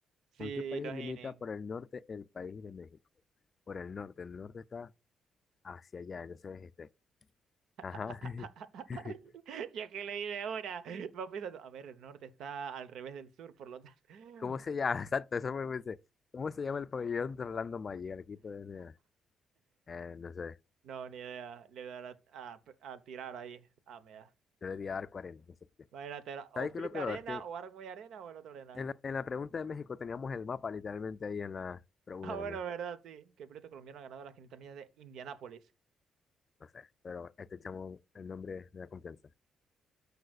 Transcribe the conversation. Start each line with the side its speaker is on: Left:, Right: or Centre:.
Right: Sí,
Left: ¿Con qué país
Right: los
Left: limita
Right: Inen.
Left: por el norte el país de México? Por el norte. El norte está hacia allá, entonces este. Ajá.
Right: <laughs>
Left: <laughs>
Right: Ya que leí de una, va pensando, a ver, el norte está al revés del sur, por lo tanto. <laughs>
Left: ¿Cómo se llama? Exacto, eso me pensé. ¿Cómo se llama el pabellón de Orlando Magic? Aquí pueden, eh, eh, no sé,
Right: No, ni idea. Le dará a, a- a tirar ahí. Ah, me da.
Left: yo le di a dar cuarenta. no sé qué.
Right: Imagínate, era
Left: ¿Sabes
Right: o
Left: qué
Right: Felipe
Left: es lo peor?
Right: Arena,
Left: Que
Right: o Armoy Arena, o el otro Arena.
Left: En la, en la pregunta de México teníamos el mapa literalmente ahí en la pregunta
Right: Ah, bueno,
Left: también.
Right: verdad, sí. Que el piloto colombiano ha ganado las 500 millas de Indianápolis.
Left: No sé, pero este chamo, el nombre de la confianza.